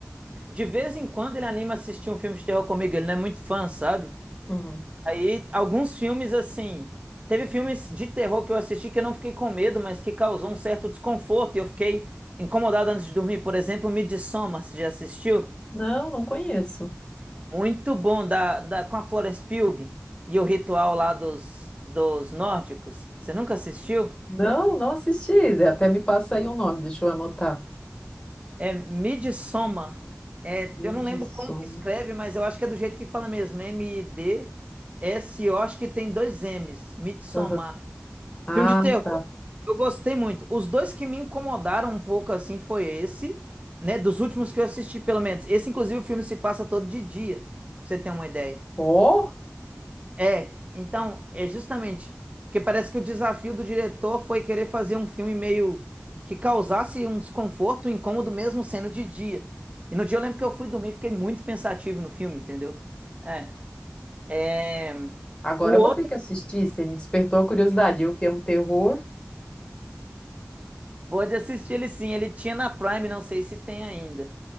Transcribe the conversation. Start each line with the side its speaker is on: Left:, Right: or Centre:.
Right: de vez em quando ele anima a assistir um filme de terror comigo, ele não é muito fã, sabe?
Left: Uhum.
Right: Aí, alguns filmes assim, teve filmes de terror que eu assisti que eu não fiquei com medo, mas que causou um certo desconforto e eu fiquei incomodado antes de dormir. Por exemplo, Midsommar, você já assistiu?
Left: Não, não conheço.
Right: Muito bom, da, da, com a Florence Pugh e o ritual lá dos, dos nórdicos. Você nunca assistiu?
Left: Não, não assisti. Até me passa aí o nome, deixa eu anotar.
Right: É Midsommar. É,
Left: Midsommar.
Right: eu não lembro como que escreve, mas eu acho que é do jeito que fala mesmo. M-I-D-S-O, acho que tem dois M's. Midsommar.
Left: Aham. Ah,
Right: Filme de terror,
Left: tá.
Right: eu gostei muito. Os dois que me incomodaram um pouco assim foi esse, né? Dos últimos que eu assisti, pelo menos. Esse, inclusive, o filme se passa todo de dia, pra você ter uma ideia.
Left: Ó,
Right: É, então, é justamente. Porque parece que o desafio do diretor foi querer fazer um filme meio que causasse um desconforto, um incômodo mesmo sendo de dia. E no dia eu lembro que eu fui dormir, e fiquei muito pensativo no filme, entendeu? É. é,
Left: agora
Right: O outro,
Left: eu vou ter que assistir. Você me despertou a curiosidade. Eu que amo terror.
Right: pode assistir ele sim, ele tinha na Prime, não sei se tem ainda.